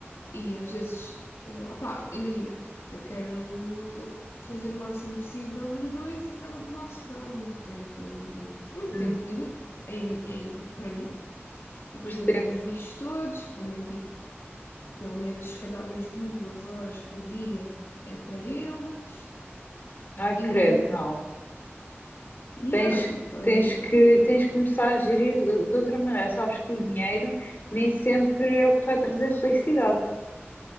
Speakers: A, on the left; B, on the left.
A: E às vezes, eh, opá, imagina, eu quero fazer o máximo possível nos dois e acaba por não sobrar muito tempo, muito
B: Hum,
A: tempo livre em, em- para mim. E depois
B: percebo.
A: ainda tenho os bichos todos, que também, tipo, pelo menos se calhar umas duas horas por dia é para eles.
B: Ai,
A: E,
B: credo, não.
A: yeah,
B: Tens,
A: tipo, estás
B: tens
A: a ver?
B: que, tens que começar a gerir de, de outra maneira. Sabes que o dinheiro nem sempre é o que te vai trazer felicidade.